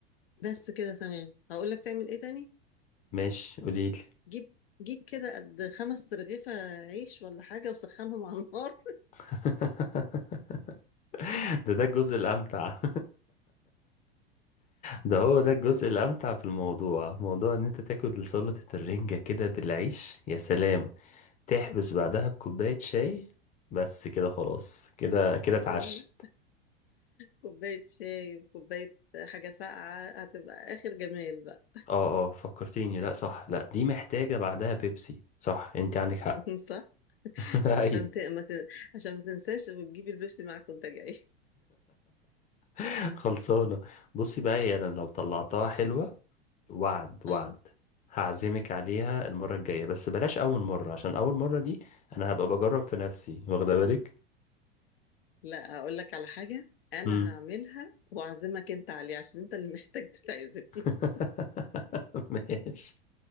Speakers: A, on the left; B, on the left.
A: بس كده تمام هقول لك تعمل ايه تاني
B: ماشي قوليلي
A: جيب جيب كده قد خمس ترغيفه عيش ولا حاجه وسخنهم على النار
B: <laughs> ده ده الجزء الامتع <laughs> ده هو ده الجزء الامتع في الموضوع موضوع ان انت تاكل سلطة الرنجة كده بالعيش يا سلام تحبس
A: <laughs>
B: بعدها بكوباية شاي بس كده خلاص كده كده اتعشى
A: تمام كوباية شاي وكوباية حاجة ساقعة هتبقى آخر جمال بقى
B: اه اه فكرتيني لا صح لا دي محتاجة بعدها بيبسي صح انت عندك حق
A: <laughs> صح؟
B: <laughs> ايوه
A: عشان ت... ما ت... عشان ما تنساش وتجيبي البيبسي معاك وانت جاي
B: <laughs> خلصانة بصي بقى هي انا لو طلعتها حلوة وعد
A: <laughs>
B: وعد
A: اه
B: هعزمك عليها المرة الجاية بس بلاش أول مرة عشان أول مرة دي أنا هبقى بجرب في نفسي واخدة بالك؟
A: لا هقول لك على حاجة أنا
B: مم.
A: هعملها وأعزمك أنت عليه عشان أنت اللي محتاج تتعزم <laughs>
B: <laughs> ماشي